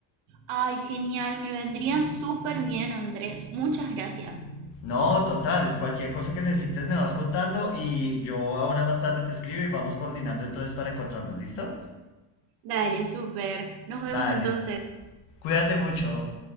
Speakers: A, on the right (about 80°); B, on the left (about 70°).
A: ay, genial, me vendría súper bien, Andrés. Muchas gracias.
B: No, total, cualquier cosa que necesites me vas contando y yo ahora más tarde te escribo y vamos coordinando entonces para encontrarnos, ¿listo?
A: Dale, súper. Nos vemos
B: Dale,
A: entonces.
B: cuídate mucho.